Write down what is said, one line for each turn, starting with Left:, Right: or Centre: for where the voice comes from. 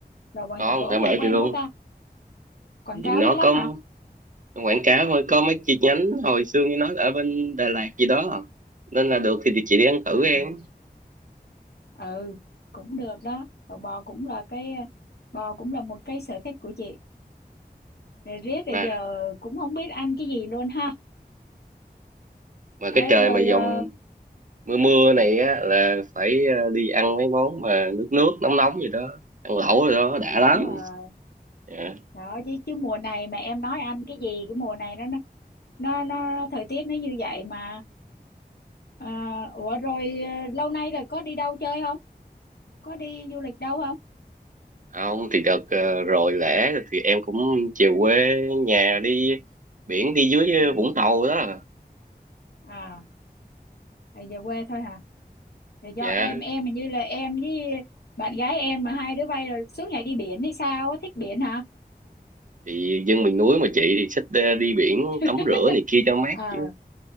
Left: Lẩu bò nhà
Right: ngon
Left: gỗ
Right: tại
Left: nghe
Right: mẹ
Left: quen
Right: chị luôn
Left: quá ta. Quảng cáo
Right: thì nó
Left: dữ
Right: có
Left: lắm hả?
Right: quảng cáo thôi có mấy chi nhánh hồi xưa như nói ở bên Đà Lạt gì đó nên là được thì chị đi ăn thử
Left: À,
Right: em
Left: ừ, cũng được đó. Lẩu bò cũng là cái bò cũng là một cái sở thích của chị. Rồi riết rồi
Right: mà
Left: giờ cũng không biết ăn cái gì luôn ha.
Right: mà
Left: Ê,
Right: cái trời
Left: rồi
Right: mà dòng
Left: ờ,
Right: mưa mưa
Left: ừ,
Right: này á là phải ờ, đi ăn mấy món mà nước nước nóng nóng gì đó ăn lẩu rồi đó đã
Left: đúng
Right: lắm
Left: rồi
Right: Dạ.
Left: Đó chứ chứ mùa này mà em nói anh cái gì cái mùa này nó nó nó, nó thời tiết nó như vậy mà Ờ, ủa rồi ờ, lâu nay rồi có đi đâu chơi không? Có đi du lịch đâu không?
Right: không thì đợt ờ, rồi lễ thì em cũng về quê nhà đi biển đi dưới
Left: Ừ.
Right: ờ, Vũng Tàu đó
Left: À, thì về quê thôi hả? Thì do
Right: dạ
Left: em em hình như là em với bạn gái em mà hai đứa bay rồi suốt ngày đi biển hay sao á, thích biển hả?
Right: thì dân miền núi mà chị thì thích ờ, đi biển tắm
Left: <laughs>
Right: rửa này kia cho mát
Left: ờ
Right: chứ